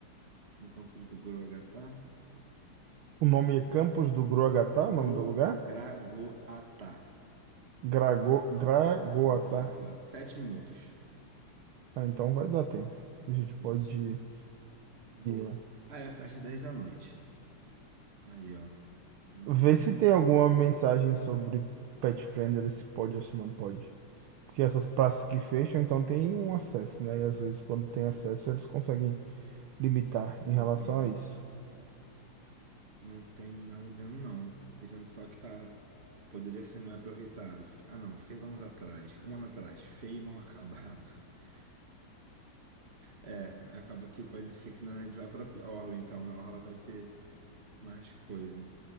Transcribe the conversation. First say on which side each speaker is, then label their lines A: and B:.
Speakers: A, on the right; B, on the right.
A: no campus do Guruagatá.
B: O nome é Campos do Gruagatá,
A: Gurugragoatá.
B: o nome do lugar? Grago, Gragoatá.
A: Gragoatá. Sete minutos.
B: Ah, então vai dar tempo. A gente
A: Dá pra
B: pode
A: gente ir.
B: ir,
A: Boa.
B: é.
A: Ah, é, fecha às 10 da noite. Aí, ó. Vamos
B: ver
A: ter
B: se tem alguma mensagem sobre pet friendly, se pode ou se não pode. Porque essas praças que fecham, então tem um acesso, né? E às vezes quando tem acesso, eles conseguem limitar
A: vamos
B: em relação
A: ter o
B: a
A: acesso.
B: isso.
A: Não tem nada de ano, não. Dizendo só que tá. Poderia ser melhor aproveitado. Ah, não, seis anos atrás, um ano atrás, feio e mal acabado. <laughs> É, acaba que pode ser que na, a gente vai pra pi- Orla, então. Na Orla vai ter mais coisa.